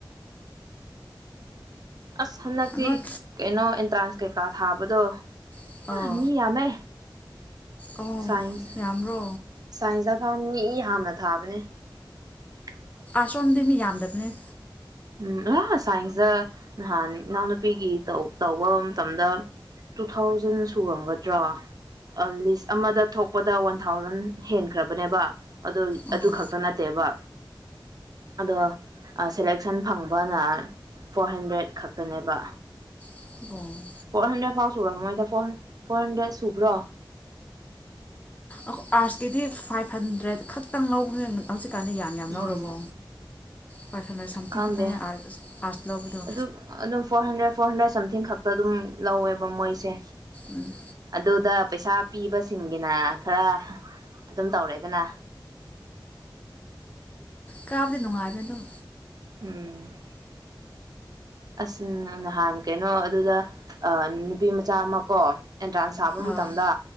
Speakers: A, on the right; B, on the left.
A: ꯑꯁ ꯍꯟꯗꯛꯇꯤ
B: ꯅꯣꯏ
A: ꯀꯩꯅꯣ ꯑꯦꯟꯇ꯭ꯔꯥꯟꯁ ꯀꯩꯀꯥ ꯊꯥꯕꯗꯣ
B: ꯑꯣ
A: ꯍ ꯃꯤ ꯌꯥꯝꯃꯦ
B: ꯑꯣ
A: ꯥꯁꯥꯏꯁ
B: ꯌꯥꯝꯕ꯭ꯔꯣ
A: ꯁꯥꯏꯁ ꯑꯞ <unintelligible>
B: ꯁꯣꯝꯗꯤ ꯃꯤ ꯌꯥꯝꯗꯕꯅꯦ
A: ꯎꯝ ꯑꯥ ꯁꯥꯏꯟꯁꯇ ꯅꯍꯥꯟ ꯏꯅꯥꯎꯅꯨꯄꯤꯒꯤ ꯇꯧ ꯇꯧꯕ ꯃꯇꯝꯗ ꯇꯨ ꯊꯥꯎꯖꯟ ꯁꯨꯔꯝꯒꯗ꯭ꯔꯥ ꯑ ꯂꯤꯁ ꯑꯃꯗ ꯊꯣꯛꯄꯗ ꯋꯥꯟ ꯊꯥꯎꯖꯟ ꯍꯦꯟꯈ꯭ꯔꯕꯅꯦꯕ ꯑꯗꯨ
B: ꯑꯣ
A: ꯑꯗꯨ ꯈꯛꯇ ꯅꯠꯇꯦꯕ ꯑꯗꯣ <unintelligible> ꯁꯟ ꯐꯪꯕꯅ ꯐꯣꯔ ꯍꯟꯗ꯭ꯔꯦꯗ ꯈꯛꯇꯅꯦꯕ
B: <inaudible>
A: ꯐꯣꯔ ꯍꯟꯗ꯭ꯔꯦꯠ ꯐꯥꯎ ꯁꯨꯔꯝꯃꯣꯏꯗ ꯐꯣꯔ ꯍꯟꯗ꯭ꯔꯦꯠ ꯁꯨꯕ꯭ꯔꯣ
B: ꯑꯩꯈꯣꯏ ꯑꯥꯔꯁꯀꯤꯗꯤ ꯐꯥꯏꯚ ꯍꯟꯗ꯭ꯔꯦꯗ ꯈꯛꯇꯪ ꯂꯧꯕꯅꯦ ꯍꯧꯖꯤꯛ ꯀꯥꯟꯗ ꯌꯥꯝ ꯌꯥꯝ ꯂꯧꯔꯕꯣ
A: ꯎꯝ
B: ꯄꯥꯔꯁꯟꯗ ꯁꯝꯊꯤꯡ
A: ꯈꯪꯗꯦ
B: ꯈꯛꯇꯅꯦ ꯑꯥꯔꯠꯁ ꯂꯧꯕꯗꯣ
A: ꯑꯗꯨ ꯑꯗꯨꯝ four hundred four hundred something ꯈꯛꯇ ꯑꯗꯨꯝ ꯂꯧꯋꯦꯕ ꯃꯣꯏꯁꯦ
B: ꯎꯝ
A: ꯑꯗꯨꯗ ꯄꯩꯁꯥ ꯄꯤꯕꯁꯤꯡꯒꯤꯅ ꯈꯔ ꯑꯗꯨꯝ ꯇꯧꯔꯦꯗꯅ
B: ꯀꯥꯕꯗꯤ ꯅꯨꯡꯉꯥꯏꯕꯅꯦ ꯑꯗꯨꯝ
A: ꯎꯝ ꯑꯁ ꯅꯍꯥꯟ ꯀꯩꯅꯣ ꯑꯗꯨꯗ ꯅꯨꯄꯤ ꯃꯆꯥ ꯑꯃ ꯀꯣ ꯑꯦꯟꯇ꯭ꯔꯥꯟꯁ ꯊꯕ
B: ꯑꯥ
A: ꯃꯇꯝꯗ